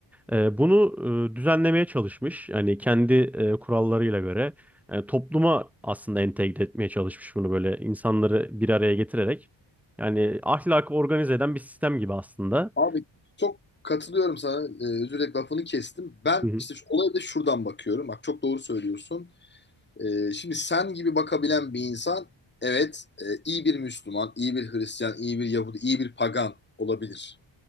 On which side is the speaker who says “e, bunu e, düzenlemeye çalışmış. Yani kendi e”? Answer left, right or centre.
Centre